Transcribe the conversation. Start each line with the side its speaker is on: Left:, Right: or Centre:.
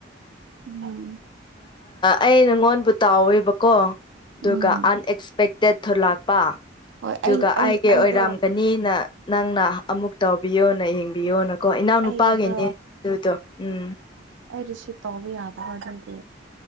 Right: ꯎꯝ
Left: ꯑꯩ ꯅꯪꯉꯣꯟꯕꯨ ꯇꯥꯎꯋꯦꯕꯀꯣ ꯑꯗꯨꯒ
Right: ꯎꯝ
Left: ꯑꯟꯑꯛꯁꯄꯦꯛꯇꯦꯠ ꯊꯣꯛꯂꯥꯛ ꯄ
Right: ꯍꯣꯏ
Left: ꯑꯗꯨꯒ
Right: ꯑꯩ ꯑꯩ
Left: ꯑꯩꯒꯤ
Right: ꯑꯩꯗꯣ
Left: ꯑꯣꯏꯔꯝꯒꯅꯤꯅ ꯅꯪꯅ ꯑꯃꯨꯛ ꯇꯧꯕꯤꯌꯣꯅ ꯌꯦꯡꯕꯤꯌꯣꯅꯀꯣ ꯏꯅꯥꯎ ꯅꯨꯄꯥꯒꯤꯅꯦ
Right: ꯑꯩꯒꯤꯗꯣ
Left: ꯑꯗꯨꯗꯣ ꯎꯝ
Right: ꯑꯩ ꯔꯤꯁꯤꯞ ꯇꯧꯕ ꯌꯥꯗꯕ ꯑꯗꯨꯒꯤ